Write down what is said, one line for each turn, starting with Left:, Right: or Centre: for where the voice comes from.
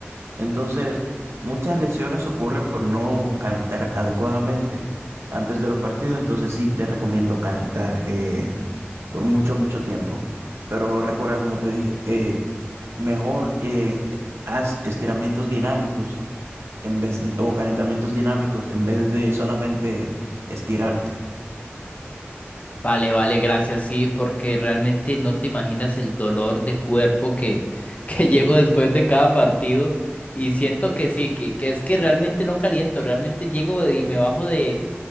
Right: entonces, muchas lesiones ocurren por no calentar adecuadamente antes de los partidos, entonces sí te recomiendo calentar eh, por mucho, mucho tiempo. Pero recuerda, como te dije, eh, mejor eh, haz estiramientos dinámicos en vez de- o calentamientos dinámicos en vez de solamente estirarte.
Left: Vale, vale, gracias, sí, porque realmente no te imaginas el dolor de cuerpo que, <laughs> que llego después de cada partido y siento que sí, que, que es que realmente no caliento, realmente llego y me bajo de,